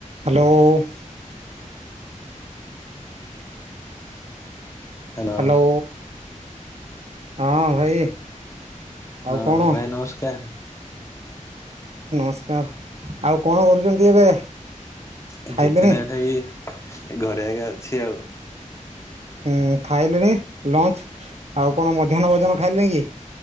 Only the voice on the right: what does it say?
Hello.
Hello. ହଁ ଭାଇ। ଆଉ
କଣ
ନମସ୍କାର ଆଉ କଣ କରୁଚନ୍ତି ଏବେ?
ଖାଇଲେଣି
ହୁଁ ଖାଇଲେଣି ଲଞ୍ଚ ଆଉ କଣ ମଧ୍ୟାହ୍ନ ଭୋଜନ ଖାଇଲେଇଁ କି?